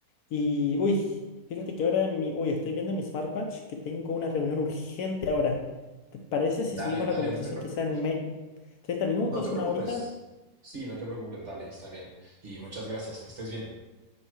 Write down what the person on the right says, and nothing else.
Dale,
dale,
no te preocupes,
no te
preocupes.
Sí, no te preocupes, dale, está bien. Y muchas gracias, que estés bien.